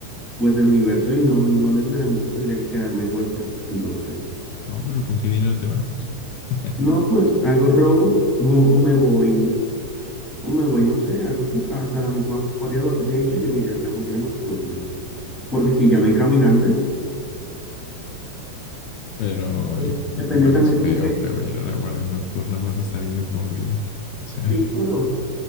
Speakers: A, in the centre; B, on the left.
A: pues, del universo, y no, no necesariamente tendría que quedarme en Westeros, entonces.
B: No, pero ¿con qué dinero te vas? <laughs>
A: No, pues algo robo, no, o me voy, o me voy, no sé, algo así, hasta la misma guardia. no- De hecho, yo miré la guardia nocturna, porque si ya no hay caminantes,
B: Pero
A: pues,
B: i- igual
A: depende también
B: es feo,
A: como que,
B: feo ir a la guardia nocturna, vas a estar ahí de por vida. O sea,
A: sí, pero